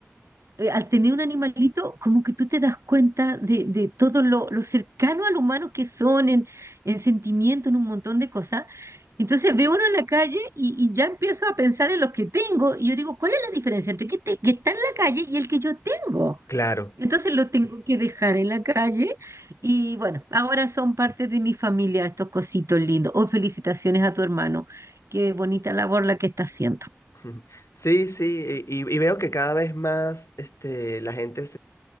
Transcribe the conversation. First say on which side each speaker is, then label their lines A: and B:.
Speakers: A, on the right; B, on the left.
A: eh, al tener un animalito, como que tú te das cuenta de, de todo lo, lo cercano al humano que son en, en sentimiento, en un montón de cosas. Entonces veo uno en la calle y, y ya empiezo a pensar en los que tengo y yo digo, ¿cuál es la diferencia entre que, te- que está en la calle y el que yo tengo?
B: Claro.
A: Entonces lo tengo que dejar en la calle y bueno, ahora son parte de mi familia estos cositos lindos. Oh, felicitaciones a tu hermano. Qué bonita labor la que está haciendo.
B: <laughs> Sí, sí, y, y- y veo que cada vez más este, la gente